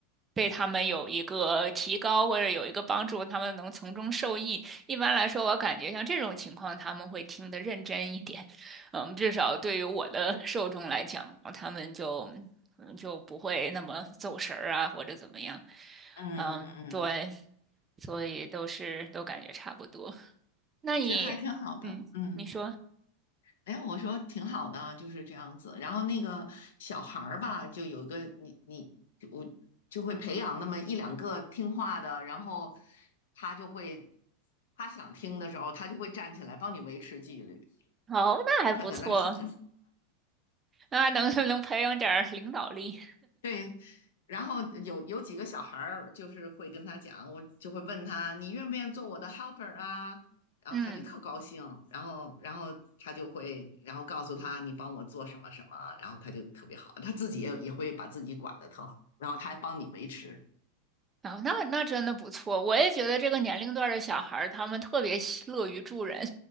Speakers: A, on the right; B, on the left.
A: 对他们有一个提高或者有一个帮助，他们能从中受益。一般来说，我感觉像这种情况，他们会听得认真一点。嗯，至少对于我的 <laughs> 受众来讲，他们就可能就不会那么走神儿啊，或者怎么样。
B: 嗯嗯，
A: 嗯，对，所以都是都感觉差不多。那你，
B: 其实还挺好的，
A: 嗯，
B: 嗯。
A: 你说，
B: 哎，我说挺好的，就是这样子。然后那个小孩儿吧，就有一个你你我就会培养那么一两个听话的，然后他就会他想听的时候，他就会站起来帮你维持纪律。
A: 哦，那还不错，
B: 他在那儿喊，<laughs>
A: 那能 <laughs> 能培养点儿领导力。
B: 对，然后有有几个小孩儿，就是会跟他讲，我就会问他，你愿不愿意做我的 helper 啊？然后他就特高兴，
A: 嗯，
B: 然后然后他就会，然后告诉他你帮我做什么什么，然后他就特别好，他自己也也会把自己管得特好，然后他还帮你维持。
A: 哦，那那真的不错。我也觉得这个年龄段儿的小孩儿，他们特别喜乐于助人。